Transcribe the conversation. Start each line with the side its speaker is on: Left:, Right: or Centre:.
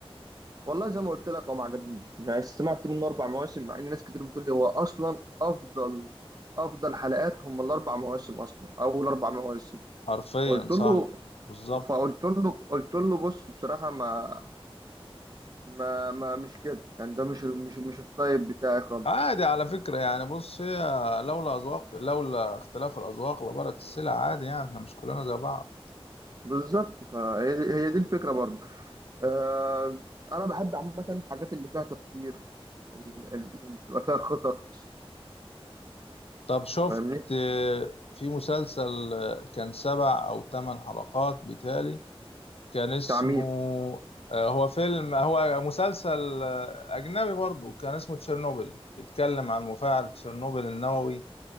Right: والله زي ما قلت لك هو ما عجبنيش يعني استمعت منه أربع مواسم مع إن ناس كتير بتقول لي هو أصلا أفضل أفضل حلقات هم الأربع مواسم أصلا أول أربع مواسم
Left: حرفيا
Right: قلت
Left: صح
Right: له
Left: بالظبط
Right: فقلت له قلت له بص بصراحة ما ما ما مش كده يعني ده مش مش مش الطيب بتاعي خالص
Left: عادي على فكرة يعني بص هي لولا أذواق لولا اختلاف الأذواق لبارت السلع عادي يعني احنا مش كلنا زي بعض
Right: بالظبط فهي دي هي دي الفكره برضه آه انا بحب عامه الحاجات اللي فيها تفكير ال- ال- اللي بتبقى فيها خطط
Left: طب شفت
Right: فاهمني
Left: آه، في مسلسل آه، كان سبع أو ثمان حلقات بتالي كان اسمه
Right: تعميم
Left: آه، هو فيلم هو مسلسل آه، أجنبي برضو كان اسمه تشيرنوبل بيتكلم عن مفاعل تشيرنوبل النووي